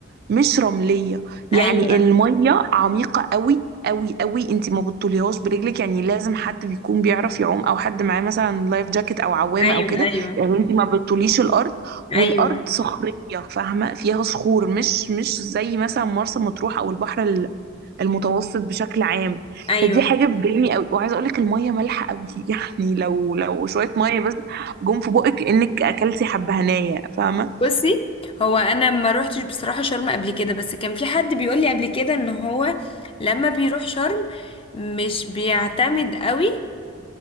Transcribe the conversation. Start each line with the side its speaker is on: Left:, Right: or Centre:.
Right: مش رملية يعني
Left: ايوه
Right: المية عميقة قوي قوي قوي انت ما بتطوليهاش برجلك يعني لازم حد بيكون بيعرف يعوم او حد معاه مثلا لايف جاكيت او عوامة
Left: ايوه
Right: او كده
Left: ايوه
Right: يعني انت ما بتطوليش الارض
Left: ايوه
Right: والارض صخرية فاهمة فيها صخور مش مش زي مثلا مرسى مطروح او البحر ال- المتوسط بشكل عام
Left: ايوه
Right: فدي حاجة بتضايقني قوي وعايزة اقولك المية مالحة قوي <laughs> يعني لو لو شوية مية بس جم في بقك انك اكلتي حبهانية فاهمة
Left: بصي هو انا ما روحتش بصراحه شرم قبل كده بس كان في حد بيقول لي قبل كده ان هو لما بيروح شرم مش بيعتمد قوي